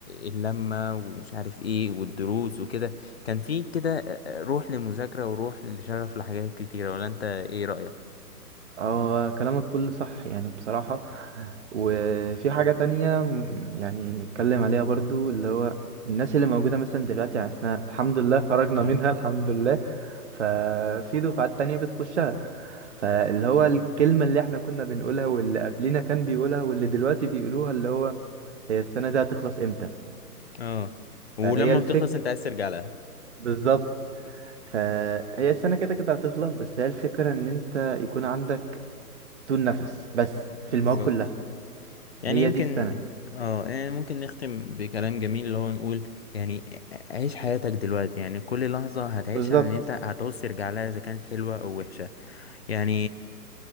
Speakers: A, on the left; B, on the right.
A: اللمة ومش عارف ايه والدروس وكده كان في كده روح للمذاكرة وروح لشغف لحاجات كتيرة ولا انت ايه رأيك؟
B: هو كلامك كله صح يعني بصراحة وفي حاجة تانية م- يعني نتكلم عليها برضو اللي هو الناس اللي موجودة مثلا دلوقتي يعني احنا الحمد لله خرجنا
A: اه
B: منها الحمد لله ففي دفعات تانية بتخشها فاللي هو الكلمة اللي احنا كنا بنقولها واللي قبلنا كان بيقولها واللي دلوقتي بيقولوها اللي هو هي السنة دي هتخلص امتى
A: اه ولما
B: فهي الفكرة
A: بتخلص انت عايز ترجع لها
B: بالظبط فهي السنة كده كده هتخلص بس هي الفكرة ان انت يكون عندك طول نفس بس في
A: بالظبط
B: المواد كلها
A: يعني
B: هي
A: يمكن
B: دي السنة
A: اه يعني ممكن نختم بكلام جميل اللي هو نقول يعني عيش حياتك دلوقتي يعني كل لحظة هتعيشها
B: بالظبط
A: ان انت هتعوز ترجع لها اذا كانت حلوة او وحشة يعني